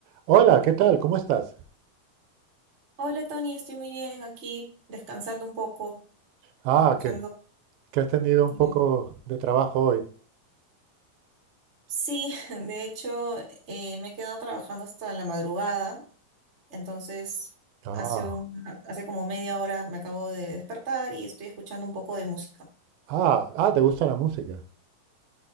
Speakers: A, on the right (about 80°); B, on the right (about 25°).
A: Hola, ¿qué tal? ¿Cómo estás?
B: Hola Tony, estoy muy bien aquí descansando un poco,
A: Ah,
B: escuchando.
A: que, que has tenido
B: eh,
A: un poco de trabajo hoy.
B: sí, <laughs> de hecho eh, me he quedado trabajando hasta la madrugada, entonces
A: Ah,
B: hace un, hace como media hora me acabo de despertar y estoy escuchando un poco de música.
A: ah, ah, te gusta la música.